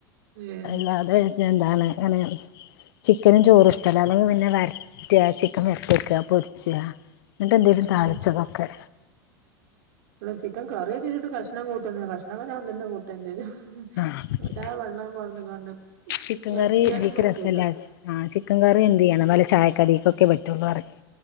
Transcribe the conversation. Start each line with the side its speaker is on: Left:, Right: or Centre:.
Right: ഏഹ്
Left: അല്ലാതെ എന്താണ് ങ്ങനെ ചിക്കനും ചോറും ഇഷ്ട അല്ലാന്നെങ്കി പിന്നെ വര്റ്റ്വ ചിക്കൻ വര്റ്റെക്ക പൊര്ച്ച്വ ന്നട്ടന്തേലും താളിച്ചതൊക്കെ
Right: ഉം വടെ ചിക്കൻ കറിയെച്ച്ച്ച്ട്ട് കഷ്ണം കൂട്ടല്ല്ല്ല. കഷ്ണക്കെ ഞാൻ തന്ന കൂട്ടണ്ടേരും. ഹ്ഹ്ഹ്
Left: ആ <inaudible>
Right: ലാ വള്ളം പാർന്ന്കാണ്ട്
Left: ചിക്കൻ
Right: വരട്ടിയാലും
Left: കറി തീക്ക്
Right: പറ്റൂല
Left: രസല്ല റിം. ആ ചിക്കൻ കറി എന്തെയ്യണം വല്ല ചായക്കടി ക്കൊക്കെ പറ്റുള്ളൂ അറിം